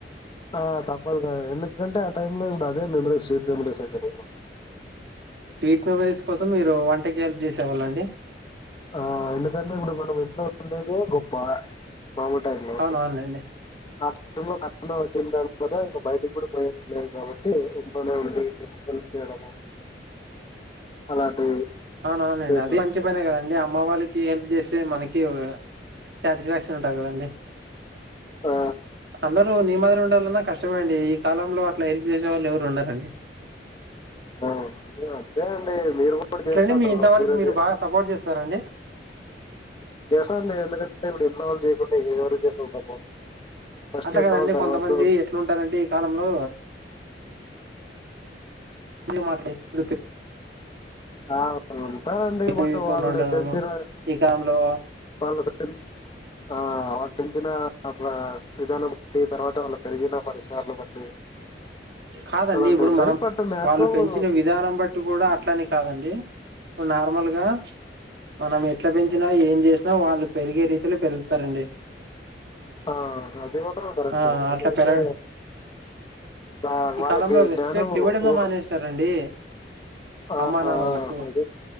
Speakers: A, on the left; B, on the right.
A: ఆ తప్పదు కదా ఎందుకంటే ఆ టైమ్లో ఇప్పుడ్ అదే మెమోరీస్ స్వీట్ మెమరీస్ అయిపోయినయిగా
B: మెమోరీస్ కోసం మీరు వంటకి హెల్ప్ చేసేవాళ్ళ అండి
A: ఆ ఎందుకంటే ఇప్పుడు మనం ఇంట్లో ఉండేదే గొప్ప మాముల్ టైమ్లో
B: అవునవునులేండి
A: ఆ టైంలో కరోనా వచ్చిన తర్వాత ఇంకా బయటకి గుడా పోయేది లేదు కాబట్టి ఇంట్లోనే ఉండి హెల్ప్ చేయడమో అలాంటివి
B: అవునవున్ లెండి
A: చేసినాను
B: అది మంచి పనే కదండి. అమ్మ వాళ్ళకి హెల్ప్ చేస్తే మనకి సాటిస్ఫాక్షన్ ఉంటది కదండి.
A: ఆ,
B: అందరూ నిమ్ మ్మది ఉండాలన్నా కష్టమే అండి ఈ కాలంలో అట్లా హెల్ప్ చేసే వాళ్ళు ఎవరు ఉండరండి.
A: ఆ ఇగ అంతే అండి. మీరు కూడా
B: ఎట్లండి
A: చేస్తుంటారు
B: మీ ఇంట్లో వాళ్ళకి మీరు
A: చే-
B: బాగా సపోర్ట్ చేస్తారా అండి.
A: చేస్తా అండి ఎందుకంటే ఇప్పుడు ఇంట్లో వాళ్ళకి చేయక్పోతే ఇంకెవరికి చేస్తాం సపోర్ట్ ఫస్ట్
B: అట్ల
A: ఇంట్లో
B: కాదండి
A: వాళ్ళ తర్వాత
B: కొంతమంది ఎట్లుంటారంటే ఈ కాలంలో <unintelligible>
A: ఆ ఉంటారండి <unintelligible>
B: పెళ్ళికోకుండా
A: వాళ్ళని
B: ఉండడము
A: పెంచిన్రాయే
B: ఈ కాలంలో
A: వాళ్ళ ఫ్రెండ్స్ ఆ వాళ్ళు పెంచిన అట్లా విధానం బట్టి తర్వాత వాళ్ళు పెరిగిన పరిసరాలన్ బట్టి
B: కాదండిప్పుడు
A: అలాంటివి ఉంటాయి
B: మనం
A: బట్ మాక్సిమం
B: వాళ్ళు పెంచిన విధానం బట్టి కూడా అట్లనీ కాదండి నార్మల్గా మనం ఎట్లా పెంచినా ఏం చేసినా వాళ్ళు పెరిగే రీతిలో పెరుగుతారండి
A: ఆ అది మాత్రం కరెక్ట్
B: ఆ
A: ఎందుకంటే
B: అట్లా పెరగ
A: ఆ
B: ఈ
A: వాళ్ళకి
B: కాలంలో రెస్పెక్ట్
A: జ్ఞానము
B: ఇవ్వడమే
A: ఊహ
B: మానేసినారండి
A: ఆ
B: అమ్మా నాన్నలకు
A: ఆ అది